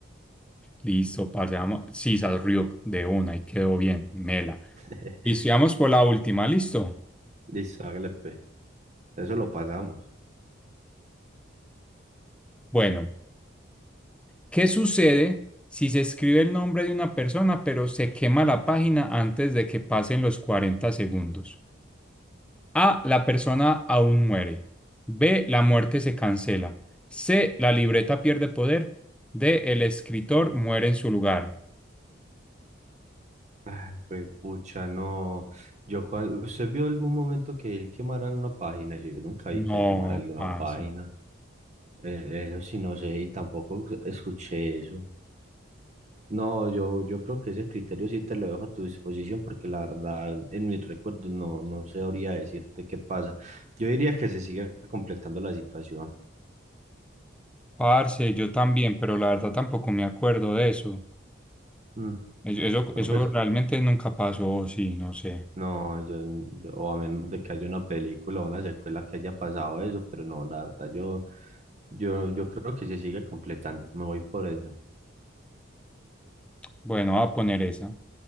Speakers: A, in the centre; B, on the right.
A: listo, pasamos. Sisas Ryuk de una y quedó bien, mela.
B: <laughs>
A: Listo, y vamos por la última, listo.
B: Listo, hágale pues. Eso lo pasamos.
A: Bueno, ¿qué sucede si se escribe el nombre de una persona pero se quema la página antes de que pasen los 40 segundos? A. La persona aún muere. B. La muerte se cancela. C. La libreta pierde poder. D. El escritor muere en su lugar.
B: Ay, pues, pucha, no. Yo cuando... ¿Usted vio algún momento que él quemara una página? Yo nunca vi
A: No,
B: que él quemara alguna
A: parce.
B: página. Eh, eso sí, no sé, y tampoco escuché eso. No, yo, yo creo que ese criterio sí te lo dejo a tu disposición porque la verdad en mis recuerdos no, no sabría decirte qué pasa. Yo diría que se sigue completando la situación.
A: Parce, yo también, pero la verdad tampoco me acuerdo de eso.
B: Mm,
A: Es- Eso,
B: no,
A: eso
B: pues
A: realmente nunca pasó, o sí, no sé.
B: No, yo, yo- o a menos de que haya una película o una secuela que haya pasado eso, pero no, la verdad, yo, yo, yo creo que se sigue completando. Me voy por esa.
A: Bueno, voy a poner esa.